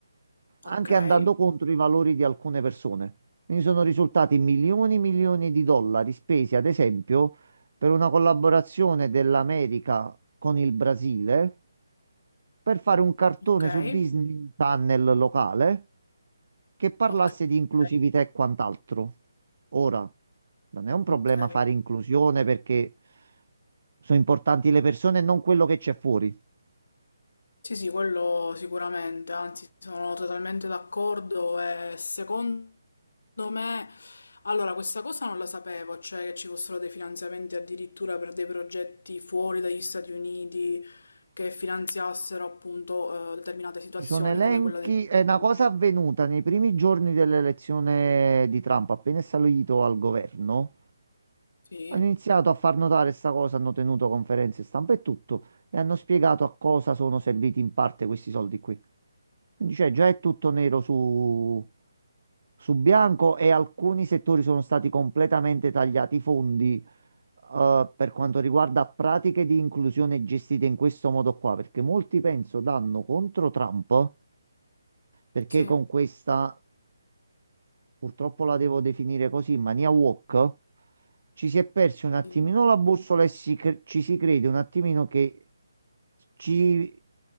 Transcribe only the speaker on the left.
okay,
okay,
okay,
okay.
Sì, sì, quello sicuramente, anzi sono totalmente d'accordo e secondo me, allora questa cosa non la sapevo, cioè che ci fossero dei finanziamenti addirittura per dei progetti fuori dagli Stati Uniti che finanziassero appunto eh, determinate situazioni
come quella dell'agricoltura.
Sì,
sì,
sì.